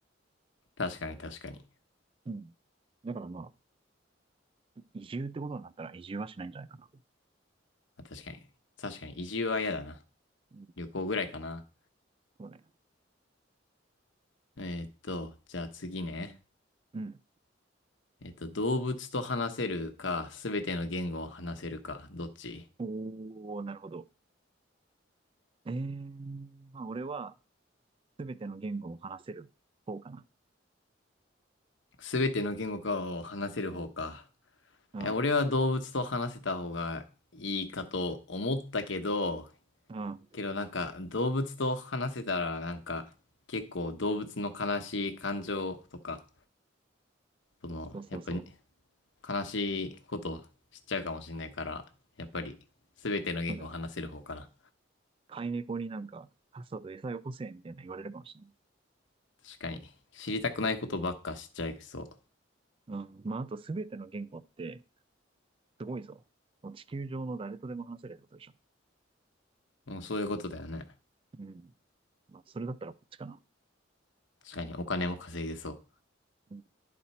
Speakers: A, on the left; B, on the right.
A: 確かに確かに。
B: うん。だからまあ、移住ってことになったら移住はしないんじゃないかな。
A: まあ確かに。確かに移住は嫌だな。
B: うん、
A: 旅行ぐらいかな。
B: そうね。
A: えーっと、じゃあ次ね。
B: うん。
A: えーっと、動物と話せるか、すべての言語を話せるか、どっち
B: おー、なるほど。えー、まあ俺は全ての言語を話せる方かな。
A: すべての言語かを話せる方か。
B: うん。
A: え、俺は動物と話せた方がいいかと思ったけど、
B: うん。
A: けどなんか動物と話せたらなんか結構動物の悲しい感情とか、そのやっぱり
B: そうそうそう。
A: 悲しいことを知っちゃうかもしれないから、やっぱり全ての言語を話せる方かな。
B: そうだよ。飼い猫になんか、さっさと餌よこせみたいな言われるかもしれない。
A: 確かに知りたくないことばっか知っちゃいそ
B: うん。まああと全ての言語ってすごいぞ。地球上の誰とでも話せるってことでしょ。
A: う。もうそういうことだよね。
B: うん。まあそれだったらこっちかな。
A: 確かにお金も稼げそう。
B: うん。